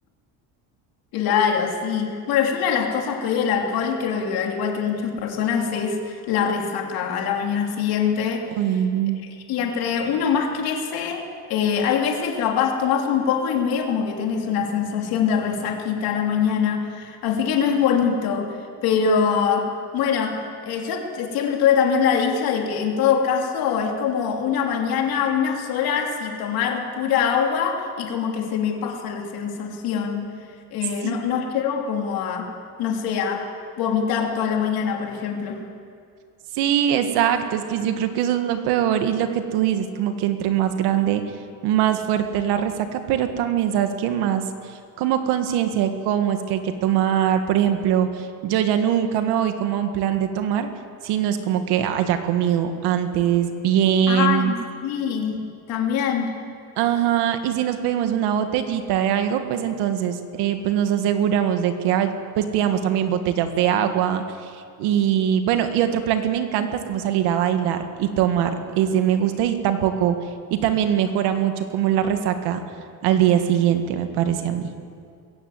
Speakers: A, on the left (about 65°); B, on the right (about 80°).
A: Claro, sí. Bueno, yo una de las cosas que odio del alcohol, creo que al igual que muchas personas, es la resaca a la mañana siguiente.
B: <laughs> Ujú.
A: Y entre uno más crece, eh, hay veces que capaz tomás un poco y medio como que tenés una sensación de resaquita a la mañana. Así que no es bonito. Pero bueno, eh, yo te- siempre tuve también la dicha de que en todo caso es como una mañana, unas horas y tomar pura agua y como que se me pasa la sensación. Eh,
B: Sí,
A: no, no llego como a, no sé, a vomitar toda la mañana, por ejemplo.
B: sí, exacto. Es que yo creo que eso es lo peor y lo que tú dices, como que entre más grande, más fuerte es la resaca, pero también sabes que más como conciencia de cómo es que hay que tomar. Por ejemplo, yo ya nunca me voy como a un plan de tomar, sino es como que haya comido antes bien
A: Ay, sí, también.
B: Ajá, y si nos pedimos una botellita de algo, pues entonces eh, pues nos aseguramos de que hay, pues pidamos también botellas de agua. Y bueno, y otro plan que me encanta es como salir a bailar y tomar. Ese me gusta y tampoco, y también mejora mucho como la resaca al día siguiente, me parece a mí.